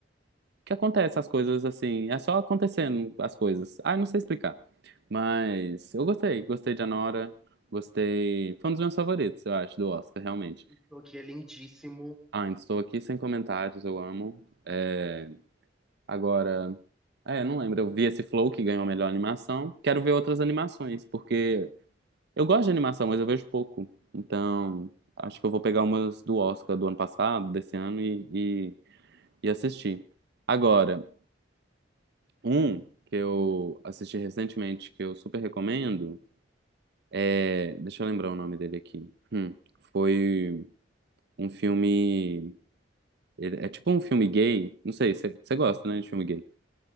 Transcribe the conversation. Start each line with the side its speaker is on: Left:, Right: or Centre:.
Right: que acontece as coisas assim. É só acontecendo as coisas. Ah, eu não sei explicar. Mas eu gostei. Gostei de Anora. Gostei. Foi um dos meus favoritos, eu acho, do Oscar, realmente.
Centre: O que é lindíssimo.
Right: Ah, ainda estou aqui sem comentários, eu amo. É... Agora. É, eu não lembro. Eu vi esse Flow que ganhou a melhor animação. Quero ver outras animações, porque. Eu gosto de animação, mas eu vejo pouco. Então, acho que eu vou pegar umas do Oscar do ano passado, desse ano, e, e, e assistir. Agora, um que eu assisti recentemente, que eu super recomendo, é, deixa eu lembrar o nome dele aqui. Hum, foi um filme. ele- É tipo um filme gay. Não sei, você gosta, né, de filme gay?